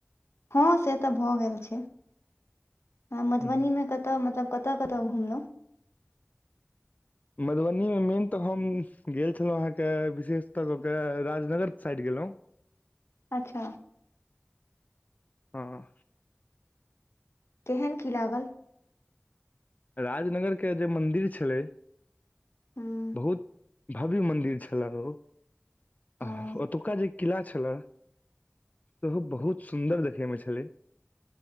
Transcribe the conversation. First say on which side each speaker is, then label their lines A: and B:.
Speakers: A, on the left; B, on the left.
A: हँ से तऽ भऽ गेल छै हँ मधुबनीमे
B: हूँ,
A: कतऽ मतलब कतऽ कतऽ घुमलहुँ
B: मधुबनीमे मेन तऽ हम गेल छलहुँ अहाँके विशेषतः कऽ क राजनगर साइड गेलहुँ
A: अच्छा
B: हँ
A: केहन कि लागल
B: राजनगरके जे मन्दिर छलै
A: हँ
B: बहुत भव्य मन्दिर छलह ओ
A: हँ
B: आ ओतुका जे किला छले सेहो बहुत सुन्दर देखैमे छलै